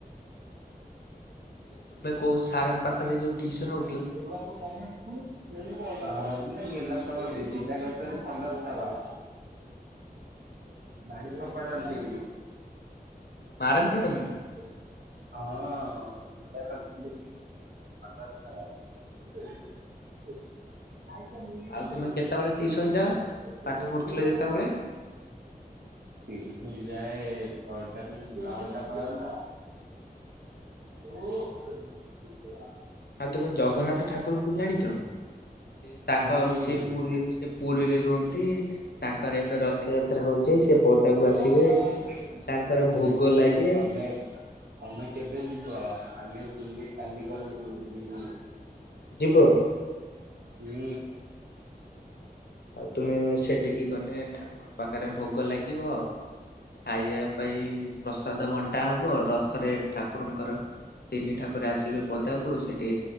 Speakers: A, on the left; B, on the right.
A: ତୁମେ କୋଉସାରଙ୍କ ପାଖରେ ଯୋଉ ଟିଉସନ୍ ହଉ
B: <unintelligible> ଭରତନା ଗେଲା କରନ୍ତି ବିଦା କରିଚନ୍ତି ପନ୍ଦର ଥର। ବାଡ଼ି ଠଙ୍କଡମ୍ପି
A: ମାରନ୍ତି ତମକୁ?
B: ହଁ <unintelligible> <unintelligible> ଆଇଚ <unintelligible>
A: ଆଉ ତୁମେ କେତେବେଳେ ଟିଉସନ ଯାଅ? ପାଠ ପଢୁଥିଲ ଯେତେବେଳେ
B: ଟିଉସନ୍ ଯାଏ ଛଅଟା ଟୁ ବାରଟା ପର୍ଯ୍ୟନ୍ତ। ଓ ପରେ ଯିବା <unintelligible>
A: ଆଉ ତମେ ଜଗନ୍ନାଥ ଠାକୁରଙ୍କୁ ଜାଣିଚ ଏ ତାଙ୍କ
B: ହୁଁ
A: ସେ ପୁରୀ ସେ ପୁରୀରେ ରୁହନ୍ତି ତାଙ୍କର ଏବେ ରଥଯାତ୍ରା ହଉଚି ସେ ପଦାକୁ
B: ଓ
A: ଆସିବେ
B: ଭାଇ
A: ତାଙ୍କର
B: ଆମେକୁ
A: ଭୋଗ ଲାଗେ।
B: ତମେ ତମେ କେବେ ଯିବ ଆମେ ବୁଲି କାଲି ଗଲୁ ଯିବୁ
A: ଯିବ
B: ହୁଁ
A: ଆଉ ତୁମେ ସେଟିକି ଗନେ ଠାକୁରଙ୍କ ପାଖରେ ଭୋଗ ଲାଗିବ ଖାଇବା ପାଇ ପ୍ରସାଦ ବଣ୍ଟା ହବ ରଥରେ ଠାକୁରଙ୍କର ତିନି ଠାକୁର ଆସିବେ ପଦାକୁ ସେଠି